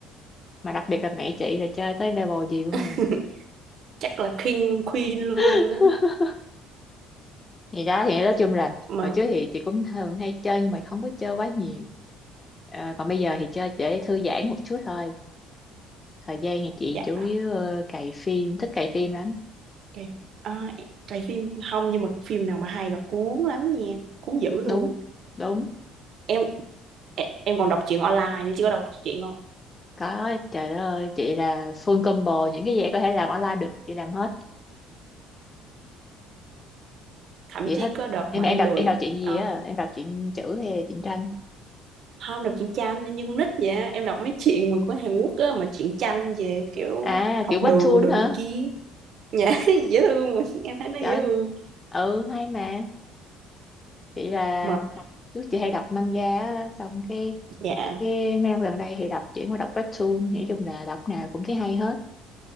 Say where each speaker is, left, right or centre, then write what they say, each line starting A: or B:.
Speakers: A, on the left; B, on the right.
A: mà đặc biệt là mẹ chị là chơi tới level gì luôn
B: <laughs>
A: rồi
B: Chắc là King Queen luôn
A: <laughs>
B: á.
A: thì đó thì nói chung là
B: Mà
A: hồi trước thì chị cũng thường hay chơi nhưng mà không có chơi quá nhiều Ờ, còn bây giờ thì chơi để thư giãn một chút thôi thời gian thì chị
B: dạ
A: chủ yếu ờ, cày phim thích cày phim lắm
B: ok. À, cái phim không nhưng mà phim nào mà hay là cuốn lắm nha, cuốn dữ luôn.
A: đúng đúng
B: Em e, em, còn đọc truyện online nữa chứ có đọc truyện không?
A: Có, trời đất ơi, chị là full combo, những cái gì em có thể làm online được, chị làm hết.
B: Thậm
A: Chị
B: chí
A: thích.
B: có đợt
A: Em
B: mà
A: em
B: em
A: đọc
B: lười
A: em đọc chuyện gì
B: ờ,
A: á? Em đọc chuyện chữ hay là truyện tranh?
B: không đọc truyện tranh em như con nít vậy em đọc mấy chuyện mà của Hàn Quốc á mà truyện tranh về kiểu
A: À,
B: học
A: kiểu webtoon
B: đường đồ
A: hả?
B: này kia. Dạ <laughs> dễ thương mà em thấy nó
A: Trời,
B: dễ thương
A: ừ hay mà. Chị là
B: mà
A: hồi trước chị hay đọc manga á, xong cái
B: dạ
A: cái mấy năm gần đây thì đọc chuyển qua đọc webtoon, nói chung là đọc nào cũng thấy hay hết.